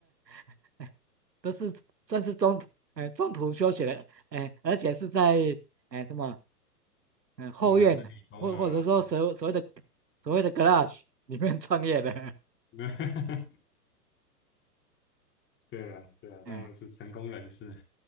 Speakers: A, on the right; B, on the left.
A: <laughs> 都是算是中，呃，中途休学的，哎、而且是在，哎、什么？嗯，后院或或者说所所谓的
B: 麻省理工啊，啊，
A: 所谓的 g l r a g e 里面创业的，
B: 对 <laughs> 对啊，对啊，他们是成功人士，
A: <laughs> 嗯